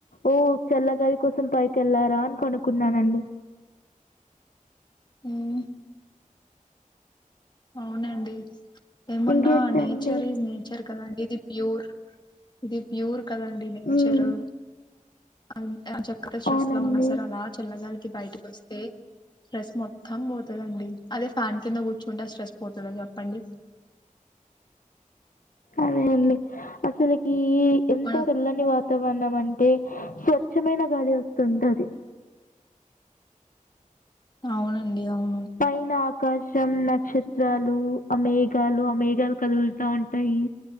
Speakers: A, on the left; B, on the left.
A: ఓహో చల్లగాలి కోసం పైకి వెళ్లారా అని కనుకున్నానండి.
B: ఉమ్. అవునండి ఏమున్నా
A: ఇంకేంటండి?
B: నేచర్ ఈజ్ నేచరే కదాండి. ఇది ప్యూర్ ఇది ప్యూర్ కదండి నేచర్
A: హ్మ్.
B: ఆహ్. చక్కగా స్ట్రెస్
A: అవునండి.
B: లో ఉన్నా సారే అలా చల్లగాలికి. బయటికి వస్తే స్ట్రెస్ మొత్తం పోతదండి అదే ఫ్యాన్ కింద కూర్చు. కుంట స్ట్రెస్ పోతద చెప్పండి.
A: అదే అండి అసలకి ఎంత
B: మనం
A: చల్లని వాతావరణం అంటే. అంటే స్వచ్ఛమైన గాలి వస్తుంటది.
B: అవునండి అవును.
A: పైనా. ఆకాశం నక్షత్రాలు ఆ మేఘాలు ఆ మేఘాలు కదులుతా ఉంటాయి.